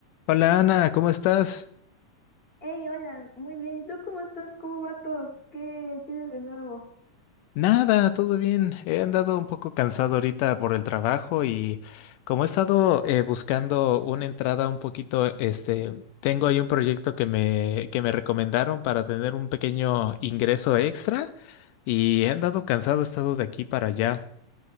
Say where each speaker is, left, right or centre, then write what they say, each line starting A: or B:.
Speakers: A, on the left; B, on the left.
A: Hola Ana, ¿cómo estás?
B: Hey, hola, muy bien. ¿Y tú cómo estás? ¿Cómo va todo? ¿Qué tienes de nuevo?
A: Nada, todo bien. He andado un poco cansado ahorita por el trabajo y como he estado eh, buscando una entrada un poquito, este, tengo ahí un proyecto que me, que me recomendaron para tener un pequeño ingreso extra y he andado cansado, he estado de aquí para allá,